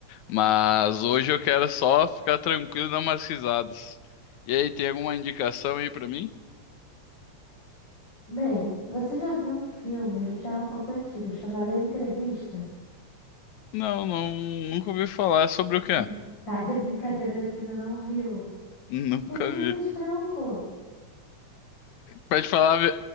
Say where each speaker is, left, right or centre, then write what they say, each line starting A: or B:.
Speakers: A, on the left; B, on the left.
A: mas hoje eu quero só ficar tranquilo e dar umas risadas. E aí, tem alguma indicação aí pra mim?
B: Bem, você já viu um filme, ele já é um pouco antigo, chamado A Entrevista?
A: Não, não, nunca ouvi falar, é sobre o quê?
B: Uhum. Tá de brincadeira que você ainda não viu.
A: <laughs> Nunca
B: Com o James
A: vi.
B: Franco.
A: Pra te falar, a ve-